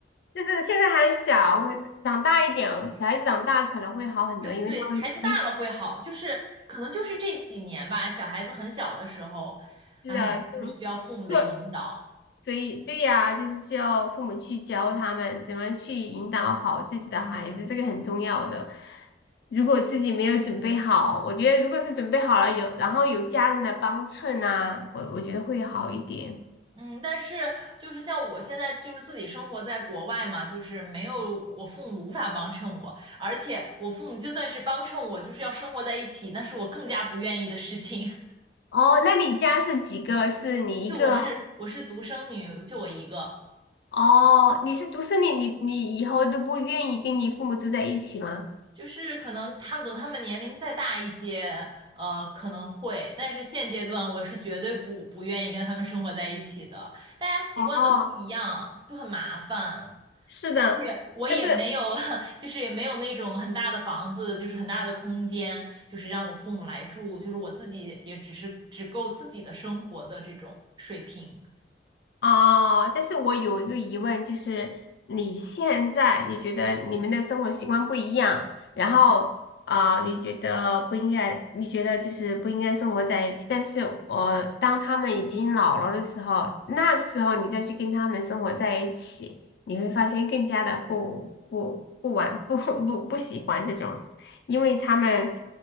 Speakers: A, on the left (about 65°); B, on the right (about 25°).
A: 就是现在还小，会长大一点，小孩子长大可能会好很多，
B: 对，
A: 因为他会会
B: 对，孩子大了会好，就是可能就是这几年吧，小孩子很小的时候，
A: 是的，
B: 哎，
A: 就是
B: 就是需要父母的引导。
A: 做所以对呀，就是需要父母去教他们怎么去引导好自己的孩子，这个很重要的。如果自己没有准备好，我觉得如果是准备好了有，然后有家人的帮衬啊，我我觉得会好一点。
B: 嗯，但是就是像我现在就是自己生活在国外嘛，就是没有我父母无法帮衬我，而且我父母就算是帮衬我，就是要生活在一起，那是我更加不愿意的事情。
A: 哦，那你家是几个？是你一个还是？
B: 就我是我是独生女，就我一个，
A: 哦，你是独生女，你你以后都不愿意跟你父母住在一起吗？
B: 就是可能他们等他们年龄再大一些，呃，可能会，但是现阶段我是绝对不不愿意跟他们生活在一起的，大家习惯都不一样，
A: 哦，
B: 就很麻烦，
A: 是的，
B: 而且我也没有，
A: 但是
B: <laughs> 就是也没有那种很大的房子，就是很大的空间，就是让我父母来住，就是我自己也只是只够自己的生活的这种水平，
A: 哦，但是我有一个疑问，就是你现在你觉得你们的生活习惯不一样，然后啊、
B: 嗯。
A: 呃你觉得不应该，你觉得就是不应该生活在一起，但是我、当他们已经老了的时候，那个时候你再去跟他们生活在一起，你会发现更加的不不不玩不 <laughs> 不不喜欢这种。因为他们